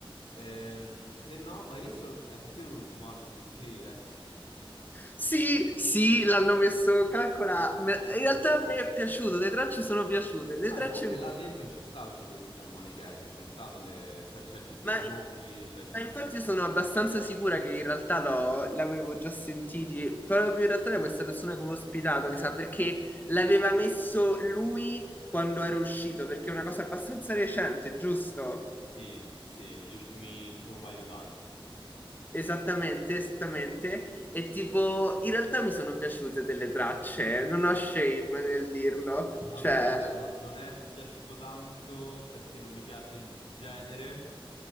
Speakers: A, on the left; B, on the left.
A: Ehm, se no, ma hai visto, hai sentito l'ultimo album di Skrillex?
B: Sì, sì, l'hanno messo, calcola, me- in realtà a me è piaciuto, le tracce sono piaciute, le
A: Ma
B: tracce
A: comunque
B: mi
A: là
B: so-
A: dentro ci sta Shadow Wizard Harmony Gang, cioè ci stanno le... c'è c'è DJ
B: ma,
A: Smokey, c'è-
B: ma infatti io sono abbastanza sicura che in realtà l'ho- l'avevo già sentiti, proprio in realtà da questa persona che avevo ospitato, mi sa, perché l'aveva messo lui quando era uscito, perché è una cosa abbastanza recente, giusto?
A: Sì, sì, degli ultimi, l'ultimo paio d'anni.
B: Esattamente, esattamente, e tipo, in realtà mi sono piaciute delle tracce, non ho shame nel dirlo,
A: A
B: cioè...
A: me allora non, non è piaciuto tanto perché non mi piace il genere,